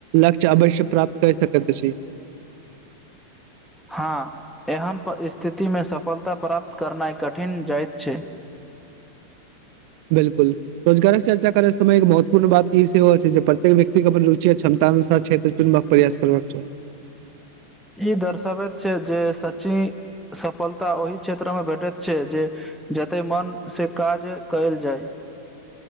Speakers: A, on the right (about 45°); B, in the centre.
A: लक्ष्य अवश्य प्राप्त कैर सकत अछि।
B: हां एहन स्थिति मे सफलता प्राप्त करनाय कठिन जाएत छै।
A: बिलकुल। रोजगारक चर्चा करै समय एक महत्वपूर्ण बात ई सेहो अछि जे प्रत्येक व्यक्ति के अपन रुचि अ क्षमता अनुसार क्षेत्र चुनबाक प्रयास करबाक चाही।
B: ई दर्शाबैत छै जे सच्ची सफलता ओहि क्षेत्र मे भेटैत छै जे जते मन से काज कयल जाय।